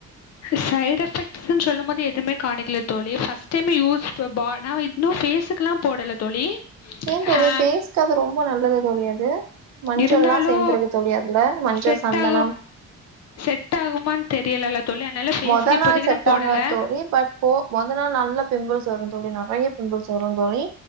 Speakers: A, on the left; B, on the right.
A: சைடு் எஃபெக்ட்ஸ்ன்னு சொல்லும்போது எத் எதுவுமே காணிக்கல தோழி ஃபர்ஸ்ட் டைம் யூஸ் பா நா இன்னு ஃபேஸ்க்குல்லா போடல தோழி.
B: ஏன் தோழி
A: ஹ
B: ஃபேஸ்க்கு அது ரொம்ப நல்லது தோழி அது மஞ்சள்ல்லா
A: இருந்தாலு
B: சேந்துருக்கு தோழி அதுல மஞ்சள்
A: செட்
B: சந்தனம்
A: ஆகு செட் ஆகுமான் தெரியலல்ல தோழி அதனால ஃபேஸுக்கு
B: மொத
A: இப்போதைக்கு
B: நாள் செட்
A: நா போடல
B: ஆகாது தோழி பட் போ மொத நாள் நல்லா பிம்பிள்ஸ் வருந் தோழி நெறைய பிம்பிள்ஸ் வரு தோழி